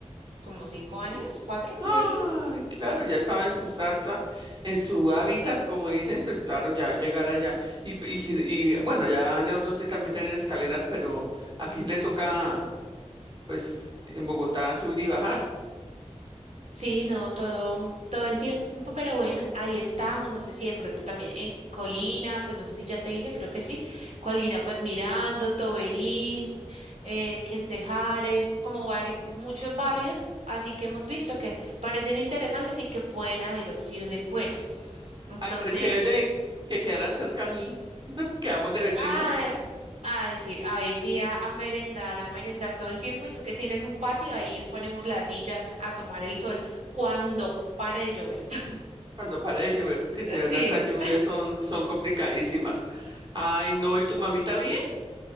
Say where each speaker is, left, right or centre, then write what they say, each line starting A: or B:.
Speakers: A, on the right; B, on the right.
A: Como cinco años, cuatro y
B: Ay,
A: medio.
B: claro, ya estaba en su salsa, en su hábitat, como dicen, pues claro, ya llegar allá. Y, y, si- y bueno, allá en el otro sí también tienen escaleras, pero aquí le toca, pues, en Bogotá subir y bajar.
A: Sí, no, todo, mm, todo el tiempo, pero bueno, ahí estamos, no sé si de pronto también en Colina, pues no sé si ya te dije, creo que sí, Colina, pues Mirando, Toberín, eh, Quentejares, como vari- muchos barrios, así que hemos visto que parecen interesantes y que pueden haber opciones buenas. Entonces,
B: Ay, pero chévere que quedara cerca a mí, quedamos de vecinas.
A: Ah, ay, sí, ahí sí, a, a merendar, a merendar todo el tiempo. Y tú que tienes un patio, ahí ponemos las sillas a tomar el sol cuando pare de llover. <laughs>
B: Cuando para de llover, porque si verdad,
A: Sí.
B: estas lluvias son, son complicadísimas. Ay, no, ¿y tu mamita bien?